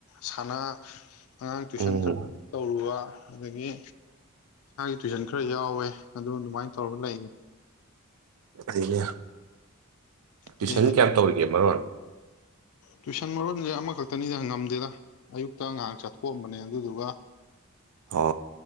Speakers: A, on the left; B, on the right.
A: ꯁꯥꯟꯅ ꯑꯉꯥꯡ ꯇꯨꯏꯁꯟ
B: ꯎꯝ
A: ꯈꯔ ꯇꯧꯔꯨꯕ ꯑꯗꯒꯤ ꯇꯨꯋꯏꯁꯟ ꯈꯔ ꯌꯥꯎꯋꯦ ꯑꯗꯨꯝ ꯑꯗꯨꯃꯥꯏꯅ ꯇꯧꯔꯒ ꯂꯩꯌꯦ
B: ꯑꯗꯒꯤꯅꯦ ꯇꯨꯏꯁꯟ
A: ꯑꯩ
B: ꯀꯌꯥꯝ ꯇꯧꯔꯤꯒꯦ ꯃꯔꯣꯟ
A: ꯇꯨꯏꯁꯟ ꯃꯔꯣꯟꯁꯦ ꯑꯃꯈꯛꯇꯅꯤꯗ ꯉꯝꯗꯦꯗ ꯑꯌꯨꯛꯇ ꯉꯥꯏꯍꯥꯛ ꯆꯠꯊꯣꯛꯑꯝꯕꯅꯦ ꯑꯗꯨꯗꯨꯒ
B: ꯑꯣ